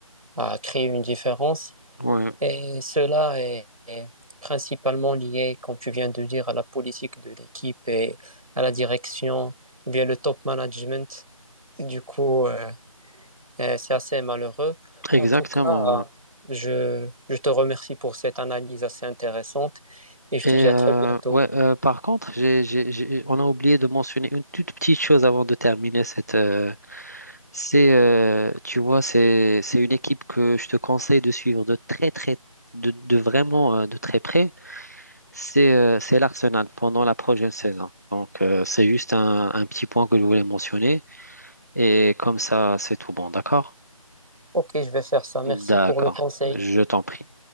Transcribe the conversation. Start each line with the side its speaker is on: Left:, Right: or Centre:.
Right: à créer une différence.
Left: Ouais,
Right: Et cela est, est principalement lié, comme tu viens de dire, à la politique de l'équipe et à la direction, ou bien le top management. Du coup, euh, euh, c'est assez malheureux.
Left: exactement.
Right: En tout cas, euh,
Left: ouais.
Right: je, je te remercie pour cette analyse assez intéressante et je
Left: Et
Right: te dis à
Left: euh,
Right: très bientôt.
Left: ouais, euh, par contre, j'ai, j'ai- j'ai- on a oublié de mentionner une toute petite chose avant de terminer cette. euh, c'est, euh, tu vois, c'est, c'est une équipe que je te conseille de suivre de très, très, de, de vraiment euh, de très près. C'est euh, c'est l'Arsenal pendant la prochaine saison. Donc, euh, c'est juste un, un petit point que je voulais mentionner. Et comme ça, c'est tout bon, d'accord?
Right: Ok, je vais faire ça. Merci
Left: D'accord,
Right: pour le conseil.
Left: je t'en prie.